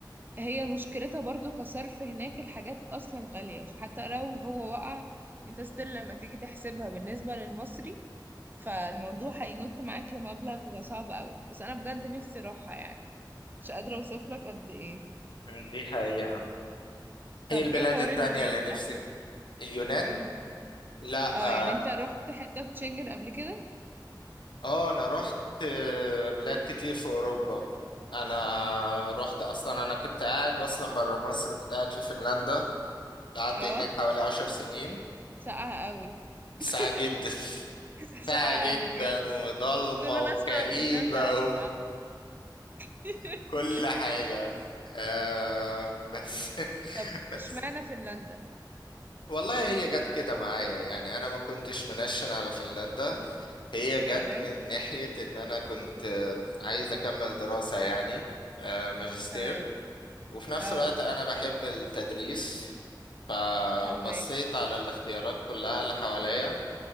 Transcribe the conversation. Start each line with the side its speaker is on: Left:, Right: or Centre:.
Right: هي مشكلتها برضه كصرف هناك الحاجات اصلا غاليه فحتى لو هو وقع انت ستيل لما تيجي تحسبها بالنسبه للمصري فالموضوع هينط معاك لمبلغ صعب قوي بس انا بجد نفسي اروحها يعني مش قادره اوصف لك قد ايه
Left: مم. دي حقيقة
Right: طب
Left: هي البلاد
Right: ايه حوار
Left: التانية
Right: اليونان
Left: اللي نفسك
Right: ده
Left: اليونان لا
Right: اه
Left: آه،
Right: يعني انت رحت حته في تشنجن قبل كده
Left: اه انا رحت آه، بلاد كتير في اوروبا انا رحت اصلا انا كنت قاعد اصلا برا مصر كنت قاعد في فنلندا قعدت
Right: اه
Left: هناك حوالي عشر سنين
Right: ساقعه قوي
Left: ساعة
Right: <laughs>
Left: جدا <laughs> ساعة
Right: ساقعه
Left: جدا
Right: قوي بجد
Left: وضلمة
Right: كل
Left: وكئيبة
Right: ما اسمع فنلندا اسقع <laughs>
Left: وكل حاجة آه بس
Right: طب
Left: <laughs> بس
Right: اشمعنى فنلندا
Left: والله هي جت كده معايا يعني انا ما كنتش منشن على فنلندا هي جت
Right: تمام
Left: من ناحية ان انا كنت آه، عايز اكمل دراسة يعني آه، ماجستير
Right: تمام
Left: وفي نفس
Right: اه
Left: الوقت أنا بحب التدريس فبصيت
Right: فهماك
Left: على الاختيارات كلها اللي حواليا